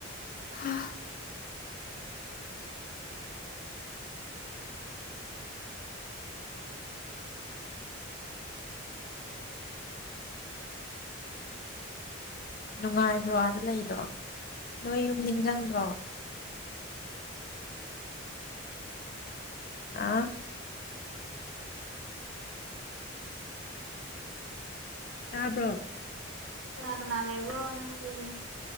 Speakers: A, on the left; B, on the right.
A: ꯍꯥ ꯅꯨꯡꯉꯥꯏꯕ꯭ꯔꯣ ꯑꯥꯗ ꯂꯩꯗꯣ ꯅꯣꯏ ꯌꯨꯝ ꯅꯤꯡꯖꯪꯗ꯭ꯔꯣ ꯑꯥ ꯇꯥꯕ꯭ꯔꯣ
B: ꯀꯅꯥ ꯀꯅꯥ ꯂꯩꯕ꯭ꯔꯣ ꯅꯪꯗꯤ